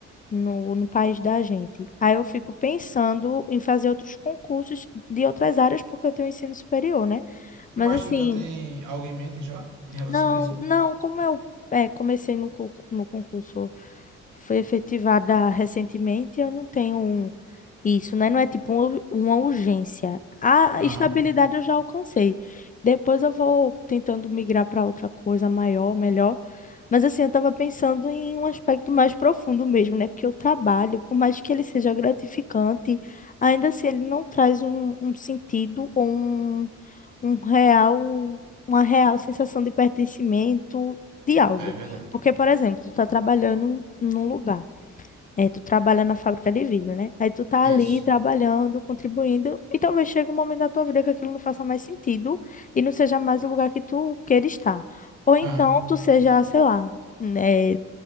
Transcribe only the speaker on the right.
Mas
tu já tem algo em mente já em relação
a isso?
Aham.
É verdade.
Isso.
Aham.